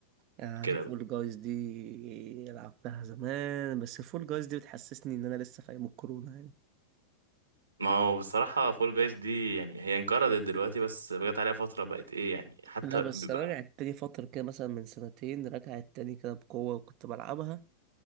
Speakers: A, on the right (about 40°); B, on the right (about 75°).
A: آه،
B: كده
A: فول
B: بقى
A: جايز دي لعبتها زمان بس فول جايز دي بتحسسني ان انا لسه في ايام الكورونا يعني
B: ما هو بصراحة فول جايز دي يعني هي انقرضت دلوقتي بس جت عليها فترة بقت ايه يعني حتى
A: لا بس
B: بيبقى
A: انا رجعت تاني فترة كده مثلا من سنتين رجعت تاني كده بقوة وكنت بلعبها